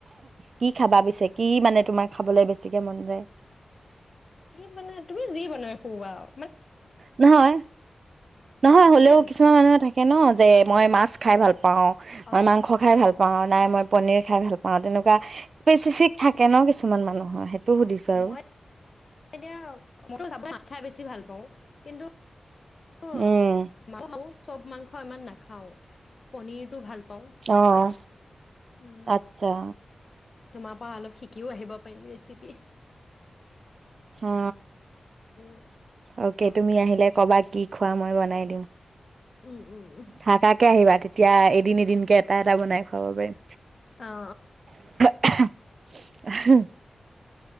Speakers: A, on the right; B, on the left.
A: কি খাবা পিছে? কি মানে তোমাৰ খাবলৈ বেছিকে মন যায়?
B: কি বনাই, তুমি যি বনাই খুওৱা আও।
A: নহয় নহয় হলেও
B: মানে
A: কিছুমান মানুহে থাকে ন যে মই মাছ খাই ভাল প পাওঁ বা
B: অ
A: মাংস খাই ভাল পাওঁ। নাই, মই পনিৰ খাই ভাল পাওঁ। তেনেকুৱা স্পেচিফিক থাকে ন, কিছুমান মানুহৰ। সেইটো সুধিছো
B: অ
A: আৰু
B: মই এতি মই যচা বেছি ভাল পাওঁ কিন্তু অ,
A: উম
B: ম <unintelligible> চব মাংস ইমান নাখাওঁ, পনীৰটো ভাল পাওঁ
A: অহ,
B: উম,
A: আচ্ছা।
B: তোমাৰ পা অলপ শিকিও আহিব পাৰিম ৰেচিপি।
A: অ
B: উম,
A: অ'কে।
B: অ
A: তুমি আহিলে কবাত কি খোৱা, মই বনাই দিওঁ।
B: উম উম উম।
A: থাকাকে আহিবা, তেত <unintelligible> এদিন এদিনকে এটা, এটা বনাই খুৱাব পাৰিম।
B: অ
A: <inaudible>